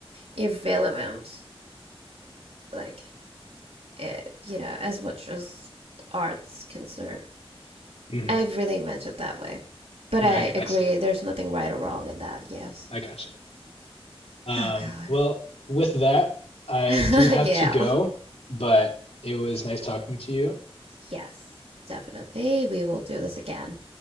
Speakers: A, on the right; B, on the left.
A: irrelevant, like it, you know, as much as art's concerned.
B: hmm
A: I really meant it that way, but
B: Yeah,
A: I
B: I, I
A: agree.
B: see.
A: There's nothing right or wrong in that. Yes.
B: I gotcha. Um,
A: Oh God.
B: well, with that, I
A: <laughs>
B: do have to go,
A: yeah.
B: but it was nice talking to you.
A: Yes. Definitely, we will do this again.